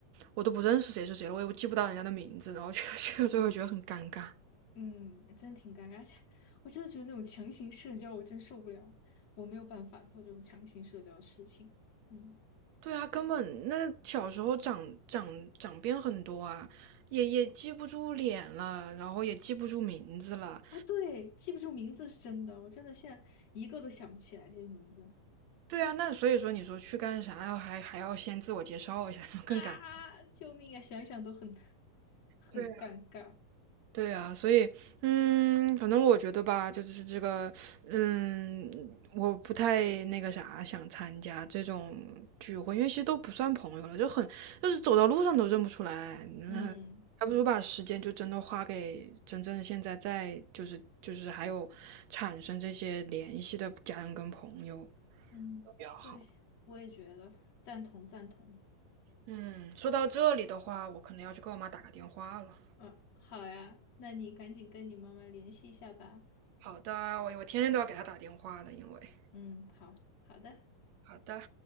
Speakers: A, on the right; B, on the left.
A: 我都不认识谁是谁了，我也记不到人家的名字，然后 <laughs> 去去了之后觉得很尴尬。
B: 嗯，真挺尴尬，而且我真的觉得那种强行社交我真受不了，我没有办法做这种强行社交的事情。嗯，
A: 对啊，根本那小时候长长长变很多啊，也也记不住脸了，然后也记不住名字了。
B: 啊，对，记不住名字是真的，我真的现在一个都想不起来这些名字
A: 对啊，那所以说你说去干啥，然后还还要先自我介绍一下，就更尴尬。
B: 啊！救命啊，想想都很很尴尬。
A: 对呀，对啊，所以，嗯，反正我觉得吧，就是这个，嗯，我不太那个啥，想参加这种聚会，因为其实都不算朋友了，就很，就是走到路上都认不出来，那还不如把时间就真的花给真正现在在，
B: 嗯
A: 就是就是还有产生这些联系的家人跟朋友
B: 嗯，
A: 比较好。
B: 对，我也觉得赞同赞同。
A: 嗯，说到这里的话，我可能要去给我妈打个电话了。
B: 啊，好呀，那你赶紧跟你妈妈联系一下吧。
A: 好的，我我天天都要给她打电话的，因为
B: 嗯，好好的。
A: 好的。